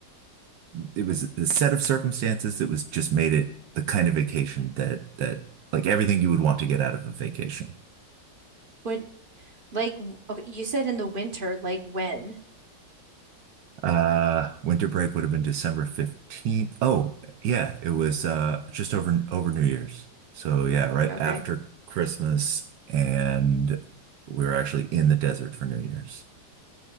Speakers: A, on the right; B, on the right.
A: It was the set of circumstances that was just made it the kind of vacation that, that like everything you would want to get out of a vacation.
B: What Like, w- okay, you said in the winter, like when?
A: Uh, winter break would have been December 15th. Oh, yeah, it was uh just over over New Year's. So yeah, right
B: Okay.
A: after Christmas and we were actually in the desert for New Year's.